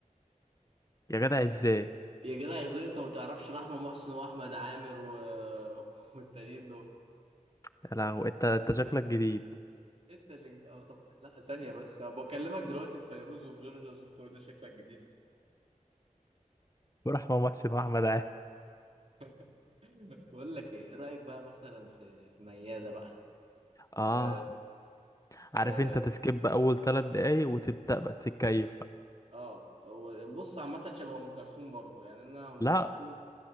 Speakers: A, on the left (about 25°); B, on the right (about 50°).
A: يا جدع ازاي
B: يا جدع ازاي انت ما تعرفش رحمة محسن واحمد عامر و... <laughs> والتانيين دول
A: يا لهو انت انت شكلك جديد
B: انت اللي جد- اه طب لا ثانية بس بكلمك دلوقتي في فيروز وفي جورجيا سوفت وير شكلك جديد
A: ورحمة محسن واحمد عامر
B: <laughs> بقول لك ايه إيه رأيك بقى مثلا في في ميادة بقى
A: اه
B: في
A: عارف
B: في
A: انت تسكيب اول ثلاث دقايق وتبدا بقى تتكيف بقى.
B: اه هو بص عامة شبه ام كلثوم برضه يعني انا ام
A: لا
B: كلثوم